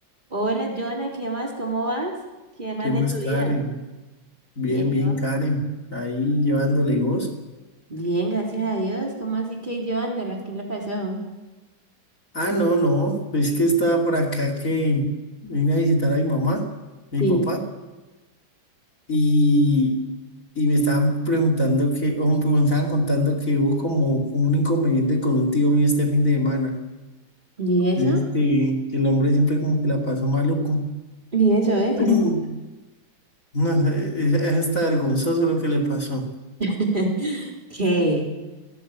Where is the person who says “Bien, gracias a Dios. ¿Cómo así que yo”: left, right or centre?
Right